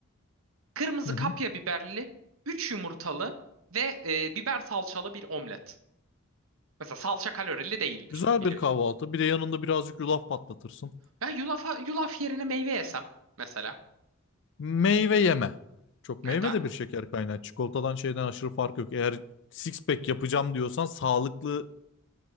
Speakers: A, on the right; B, on the left.
A: Kırmızı
B: Hı
A: kapya
B: hı.
A: biberli 3 yumurtalı ve e, biber salçalı bir omlet. Mesela salça kalorili değildir
B: Güzel
A: biliyorsun.
B: bir kahvaltı. Bir de yanında birazcık yulaf patlatırsın.
A: Ben yulafa, yulaf yerine meyve yesem mesela.
B: Meyve yeme. Çok
A: Neden?
B: meyve de bir şeker kaynağı. Çikolatadan şeyden aşırı fark yok. Eğer six pack yapacağım diyorsan sağlıklı